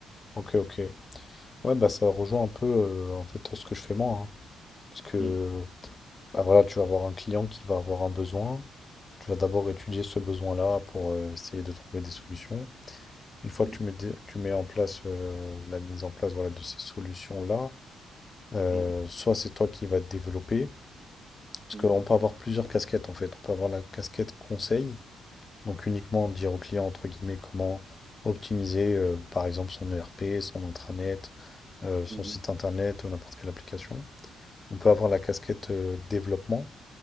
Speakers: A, on the left (about 30°); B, on the right (about 30°).
A: Ok, ok. Ouais, bah ça rejoint un peu euh, en fait ce que je fais moi. hein. Parce que
B: Mm,
A: bah voilà, tu vas avoir un client qui va avoir un besoin. Tu vas d'abord étudier ce besoin-là pour euh, essayer de trouver des solutions. Une fois
B: mm,
A: que tu mets, des- tu mets en place euh, la mise en place voilà, de ces solutions-là, euh,
B: mm,
A: soit c'est toi qui vas te développer. Parce
B: mm,
A: qu'on peut avoir plusieurs casquettes en fait. On peut avoir la casquette conseil, donc uniquement dire au client entre guillemets comment optimiser euh, par exemple son ERP, son intranet, euh, son
B: mm,
A: site internet ou n'importe quelle application. On peut avoir la casquette euh, développement,